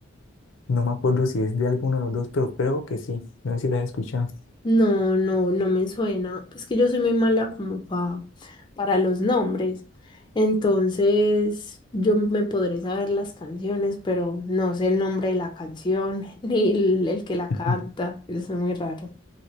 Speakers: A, on the left; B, on the left.
A: No me acuerdo si es de alguno de los dos, pero creo que sí. No sé si la has escuchado.
B: No, no, no me suena. Es que yo soy muy mala como pa, para los nombres. Entonces, yo me podré saber las canciones, pero no sé el nombre de la canción <laughs> ni el, el que la
A: <laughs>
B: canta. Eso es muy raro.